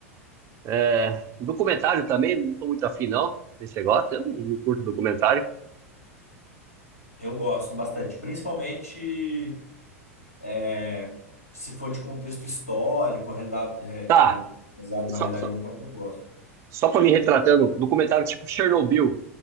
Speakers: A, on the right (about 35°); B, on the left (about 80°).
A: É, documentário também, não tô muito afim, não. Se você gosta, eu não curto documentário.
B: Eu gosto bastante, principalmente é, se for de contexto histórico, realidade, é,
A: Tá,
B: tipo, baseado na
A: só,
B: realidade
A: só,
B: de algum país, eu gosto.
A: só pra me retratando, documentário tipo Chernobyl.